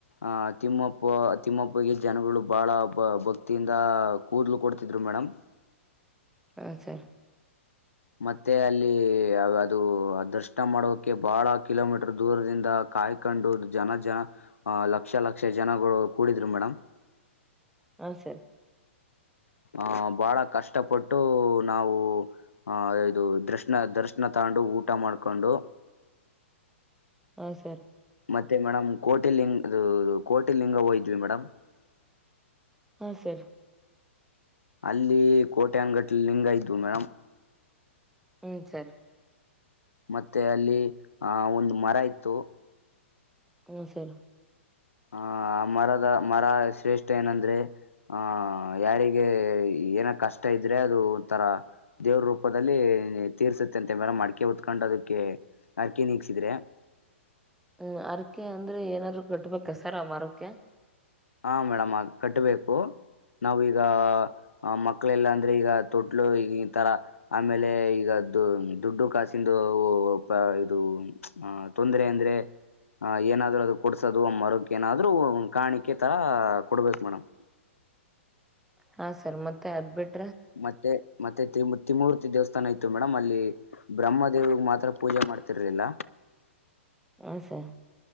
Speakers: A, on the left; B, in the centre.
A: ಆಹ ತಿಮ್ಮಪ್ಪ ತಿಮ್ಮಪ್ಪಗೆ ಜನಗಳು ಬಹಳ ಭಕ್ತಿಯಿಂದ ಕೂದಲು ಕೊಡ್ತಿದ್ರು ಮೇಡಮಂ.
B: ಹ ಸರಿ.
A: ಮತ್ತೆ ಅಲ್ಲಿ ಅದು ದರ್ಶನ ಮಾಡೋಕೆ ಬಹಳ ಕಿಲೋಮೀಟರ್ ದೂರದಿಂದ ಕಾಯ್ಕೊಂಡು ಜನ ಜನ ಅಹ ಲಕ್ಷ ಲಕ್ಷ ಜನಗಳು. ಕೂಡಿದ್ರು ಮೇಡಮ್.
B: ಹ ಸರಿ.
A: ಆಹ ಬಾಳ ಕಷ್ಟಪಟ್ಟು ನಾವು ಆಹ ಇದು ದರ್ಶನ ತಗಂಡು ಊಟ ಮಾಡಕೊ ಕೊಂಡು
B: ಹ ಸರ್.
A: ಮತ್ತೆ ಮೇಡಮ್ ಕೋಟಿಲಿಂಗ ಕೋಟಿಲಿಂಗ ಹೋಯಿದ್ವಿ ಮೇಡಮ್.
B: ಹಾ ಸರ.
A: ಅಲ್ಲಿ ಕೋಟೆ ಅಂಗಟ್ಟಲಿ ಲಿಂಗ ಇದ್ವು ಮೇಡಂ.
B: ಹ್ಮ್ ಸರ್.
A: ಮತ್ತೆ ಅಲ್ಲಿ ಆಹ ಒಂದು ಮರ ಇತ್ತು.
B: ಹ್ಮ ಸರಿ.
A: ಆಹ ಮರದ ಮರ ಶ್ರೇಷ್ಠ ಏನಂದ್ರೆ ಆಹ್ ಯಾರಿಗೆ ಏನ ಕಷ್ಟ ಇದ್ರೆ ಅದು ಒಂಥರ ದೇವ್ರ ರೂಪದಲ್ಲಿ ತೀರ್ಸುತ್ತೆ ಅಂತ ಮೇಲೆ ಮಡಕೆ ಹೊತ್ಕೊಂಡ್ ಅದಕ್ಕೆ ಅಕ್ಕಿ ನೀಗ್ಸಿದ್ರೆ.
B: ಹೂ ಹರಕೆ ಅಂದ್ರೆ ಏನಾದ್ರು ಕಟ್ಬೇಕ ಸರ್ ಆ ಮರುಕ್ಕೆ.
A: ಹ ಮೇಡಮ್ ಆ ಕಟ್ಬೇಕು ನಾವೀಗ ಅ ಮಕ್ಳೆಲ್ಲ ಅಂದ್ರೆ ಈಗ ತೊಟ್ಲು ಈ ಈ ತರ ಆಮೇಲೆ ಈಗದು ದುಡ್ಡು ಕಾಸಿಂದು ಉ ಉಪ ಇದು ಅ ತೊಂದರೆ ಅಂದ್ರೆ ಆ ಏನಾದ್ರು ಅದು ಕೊಡ್ಸೋದು ಮರಕ್ ಏನಾದ್ರು ಕಾಣಿಕೆ ಕೆ ತರ ಕೊಡ್ಬೇಕು ಮೇಡಮ್.
B: ಹಾ ಸರ್ ಮತ್ತೆ ಅದ್ಬಿಟ್
A: ಮತ್ತೆ ಮತ್ತೆ ತಿಮ್ ತಿಮೂರ್ತಿ ದೇವಸ್ ತಾನ ಇತ್ತು ಮೇಡಮ್ ಅಲ್ಲಿ ಬ್ರಹ್ಮ ದೇವ್ರಿಗೆ ಮಾತ್ರ ಪೂಜೆ ಮಾಡ್ತಿರ್ಲಿಲ್ಲ
B: ಹು ಸರ್.